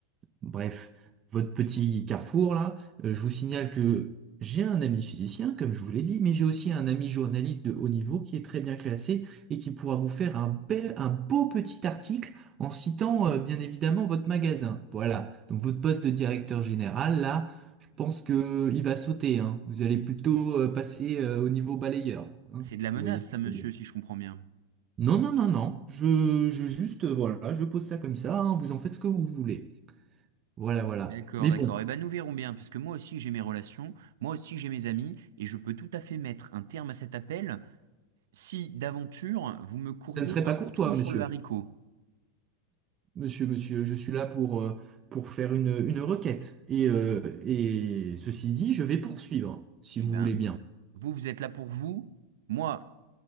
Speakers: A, on the right (about 25°); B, on the right (about 70°).
A: Bref, votre petit carrefour là, euh, je vous signale que j'ai un ami physicien, comme je vous l'ai dit, mais j'ai aussi un ami journaliste de haut niveau qui est très bien classé et qui pourra vous faire un bel, un beau petit article en citant euh, bien évidemment votre magasin. Voilà. Donc votre poste de directeur général là, je pense que il va sauter, hein. Vous allez plutôt euh, passer euh, au niveau balayeur, hein,
B: C'est
A: si
B: de la menace,
A: vous voyez. ce
B: ça,
A: que
B: monsieur,
A: je veux dire.
B: si je comprends bien.
A: Non, non, non, non. Je, je juste, euh, voilà, je pose ça comme ça, hein, vous en faites ce que vous voulez. Voilà, voilà.
B: D'accord,
A: Mais
B: d'accord.
A: bon,
B: Eh ben, nous verrons bien, parce que moi aussi j'ai mes relations, moi aussi j'ai mes amis, et je peux tout à fait mettre un terme à cet appel si d'aventure vous me courriez
A: ça ne serait
B: un
A: pas courtois,
B: peu trop sur
A: monsieur.
B: le haricot.
A: Monsieur, monsieur, je suis là pour, euh, pour faire une, une requête. Et, euh, et ceci dit, je vais poursuivre, si
B: Eh
A: vous
B: ben,
A: voulez bien.
B: vous, vous êtes là pour vous, moi,